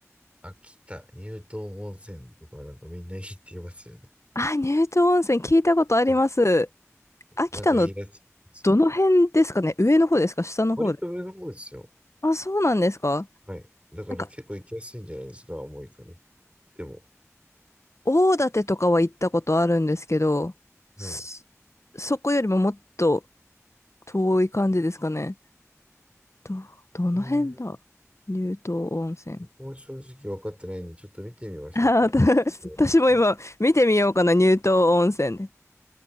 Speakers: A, on the right (about 25°); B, on the left (about 65°).
A: あ、秋田、乳頭温泉とかなんかみんないいって言いますよね。
B: <laughs> あ、乳頭温泉聞いたことあります。
A: はい
B: 秋田の
A: なんかいいらしいですよ。
B: どの辺ですかね上の方ですか下の方で。
A: 割と上の方ですよ。
B: あ、そうなんですか
A: はい。だから結構行きやすいんじゃないですか、
B: なんか、
A: 重いから。でも、
B: 大館とかは行ったことあるんですけど、そ、
A: はい。
B: そこよりももっと遠い感じですかね。ど、どの辺だ乳頭温泉。
A: うん。僕も正直分かってないんで、ちょっと見てみましょうか。
B: あー、<laughs>
A: 乳頭温泉。
B: 私私も今見てみようかな、乳頭温泉で。